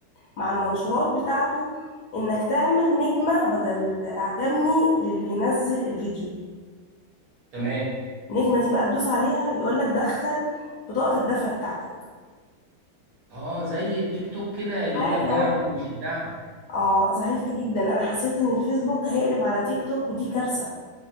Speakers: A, on the left; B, on the right.
A: مع المنشورات بتاعته انك تعمل نجمة بدل اعجبني للي بينزل الفيديو
B: تمام
A: النجمة دي بقى تدوس عليها يقولك دخل بطاقة الدفع بتاعتك
B: اه زي التيك توك كده اللي
A: حاجة
B: هو الدعم
A: وحشة
B: ومش الدعم
A: اه زعلت جدا انا حسيت ان الفيسبوك هيقلب على تيك توك ودي كارثة